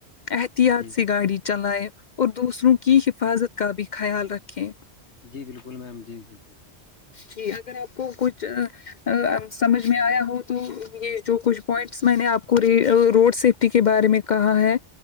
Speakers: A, on the left; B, on the left.
A: احتیاط
B: جی
A: سےی گاڑی چلائے اور دوسروں کی حفاظت کا بھی خیال رکھیں
B: جی بالکل میم جی بالکل
A: جی اگر آپ کو کچھ سمجھ میں آیا ہو تو یہ جو کچھ پوائنٹس میں نے آپ کو روڈ سیفٹی کے بارے میں کہا ہے